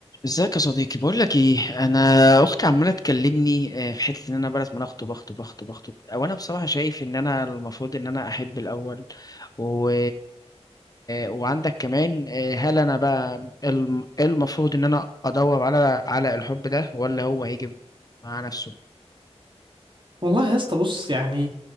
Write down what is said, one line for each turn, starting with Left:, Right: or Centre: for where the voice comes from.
Left: ازيك يا صديقي بقول لك ايه انا اختي عماله تكلمني آه، في حته ان انا بلد ما انا اخطب اخطب اخطب اخطب او انا بصراحه شايف ان انا المفروض ان انا احب الاول و... وعندك كمان آه، هل انا بقى الم- إيه المفروض ان انا ادور على على الحب ده ولا هو هيجي مع نفسه
Right: والله يا اسطى بص يعني